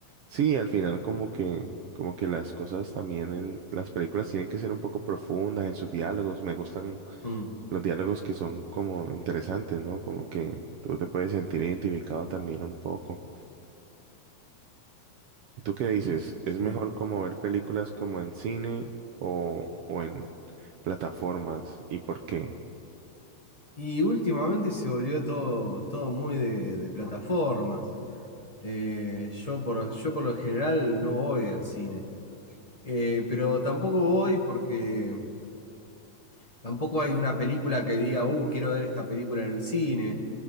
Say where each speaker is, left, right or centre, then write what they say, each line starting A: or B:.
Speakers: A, on the right; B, on the left.
A: Sí, al final como que, como que las cosas también en las películas tienen que ser un poco profundas en sus diálogos. Me gustan
B: Mm,
A: los diálogos que son como interesantes, ¿no? Como que tú te puedes sentir identificado también un poco. ¿Y tú qué dices?
B: sí.
A: ¿Es mejor como ver películas como en cine o, o en plataformas? ¿Y por qué?
B: Y últimamente se volvió todo, todo muy de, de plataformas. Eh, yo por, yo por lo general no voy al cine. Eh, pero tampoco voy porque tampoco hay una película que diga, uh, quiero ver esta película en el cine.